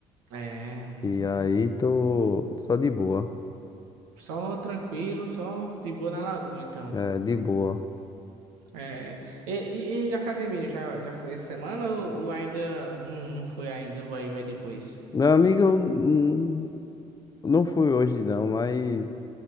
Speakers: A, on the right; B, on the left.
A: É, muito.
B: E aí tô só de boa,
A: Só tranquilo, só de boa na lagoa, então.
B: é, de boa.
A: É, e, e- e academia, já, já foi essa semana ou, ou ainda não, não foi ainda, vai, vai depois?
B: Meu amigo, eu, hum, não fui hoje não, mas